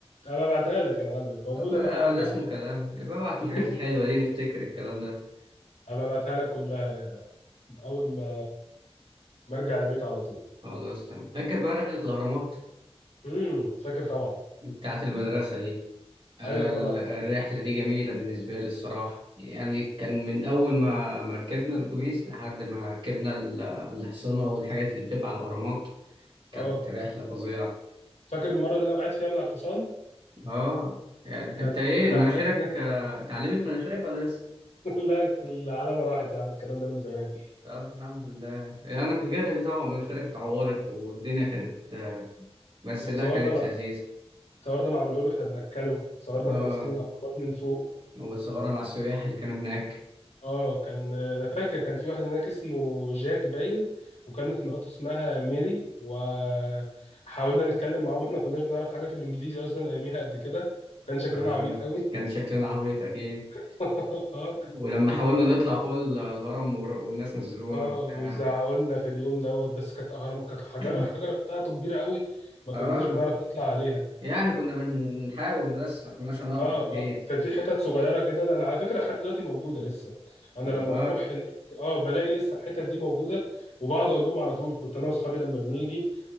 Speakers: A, on the left; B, on the right.
A: ابقى ابعتها لك يا معلم موجوده
B: طب آه،
A: عندي
B: ده اسمه
A: على فكره
B: كلام
A: <laughs>
B: يبقى ابعت الحاجات الحلوه دي نفتكر الكلام ده
A: ابقى ابعتها لك كلها اول ما ما ارجع البيت على طول
B: خلاص تمام فاكر بقى رحله الاهرامات
A: امم فاكر طبعا
B: بتاعت المدرسه دي أنا
A: ايوه طبعا
B: ال-
A: فاكر.
B: الرحلة دي جميلة بالنسبة لي الصراحة يعني كان
A: مم.
B: من أول ما ما ركبنا الأتوبيس لحد ما ركبنا ال- الحصينة والحاجات اللي بتبقى على الأهرامات كانت
A: اه
B: رحلة فظيعة
A: فاكر المره اللي انا وقعت فيها من على الحصان
B: آه يعني
A: اللي كان
B: أنت إيه
A: بهدلت
B: مناخيرك آه، اتعلمت مناخيرك ولا لسه؟
A: <laughs> لا العلامه راحت يا عم الكلام ده من زمان
B: طب الحمد لله أنا فاكرها دي طبعا مناخيرك اتعورت والدنيا
A: مم.
B: كانت آه، بس
A: وتصورنا
B: لا كانت
A: مع
B: لذيذة
A: تصورنا مع ابو الهول واحنا بناكله صورنا
B: آه
A: احنا ماسكين الاقربات من فوق
B: وتصورنا مع السياح اللي كانوا هناك
A: اه كان انا فاكر كان في واحد هناك اسمه جاك باين وكانت مراته اسمها ميري وحاولنا نتكلم معاهم احنا كناش بنعرف حاجه في الانجليزي اصلا اياميها قد كده كان شكلنا
B: آه
A: عبيط قوي
B: كان شكلنا عبيط أكيد
A: <laughs>
B: ولما حاولنا
A: اه
B: نطلع فوق ال- الهرم ور- والناس نزلونا
A: اه
B: وبتاع
A: وزعقولنا في اليوم دوت بس كانت اهرام كانت حجره
B: <coughs>
A: الحجره
B: <clears throat>
A: بتاعته كبيره قوي ما
B: اه
A: كناش بنعرف نطلع عليها
B: يعني كنا بنحاول بس ما كناش هنعرف
A: اه
B: اكيد
A: اه كان في حتت صغيره كده انا على فكره لحد دلوقتي موجوده لسه انا
B: والله
A: لما بروح هناك اه بلاقي لسه الحتت دي موجوده وبقعد اقول لهم على طول كنت انا واصحابي لما بنيجي